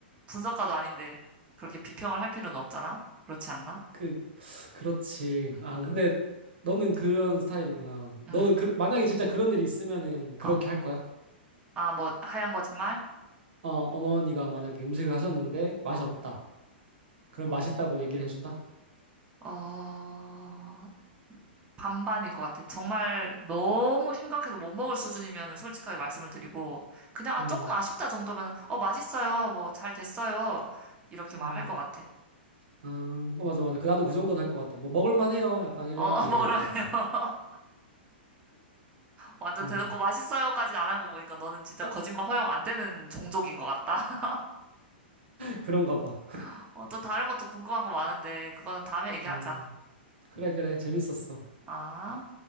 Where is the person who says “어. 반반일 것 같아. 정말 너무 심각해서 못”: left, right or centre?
Right